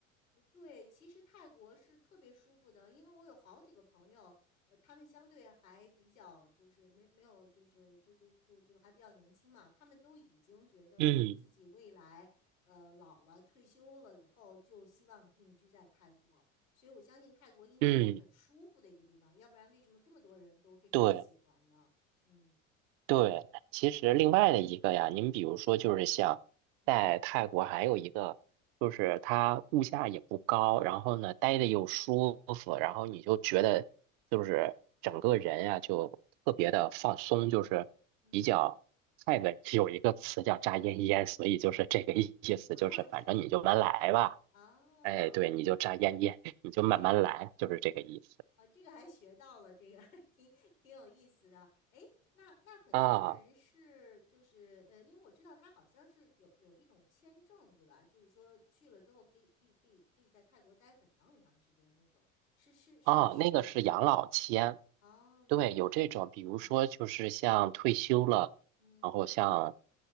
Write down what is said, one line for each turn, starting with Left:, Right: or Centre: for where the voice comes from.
Left: 对，其实泰国是特别舒服的，因为我有好几个朋友，呃，他们相对还比较就是没没有就是就就就就还比较年轻嘛，他们都已经觉得就是自己未来呃老了退休了以后就希望定居在泰国，
Right: 嗯
Left: 所以我相信泰国应该是很舒服的一个地方，
Right: 嗯，
Left: 要不然为什么这么多人都非常喜欢呢？
Right: 对。
Left: 嗯
Right: 对，其实另外的一个呀，您比如说就是像在泰国还有一个，
Left: 嗯
Right: 就是它物价也不高，然后呢待的又舒服，
Left: 嗯
Right: 然后你就觉得就是整个人呀就特别的放松，就是比较泰文有一个词叫“扎烟烟”，
Left: 嗯，
Right: 所以就是这个意思，
Left: <laughs> 哦，
Right: 就是反正你就慢慢来吧，
Left: 这个哦
Right: 哎，对，你就扎烟烟，你就慢慢来，
Left: 啊。
Right: 就是这个意思
Left: 哦，这个还学到了，这个 <laughs> 挺挺有意思的。哎，那那很多人是就是呃，
Right: 啊。
Left: 因为我知道他好像是有有一种签证，对吧？就是说去了之后可以可以可以可以在泰国待很长很长时间的那种，是是是是有这种吗？
Right: 啊，那个是养老签，
Left: 哦，明白。
Right: 对，有这种，比如说就是像退休了，
Left: 啊，嗯
Right: 然后像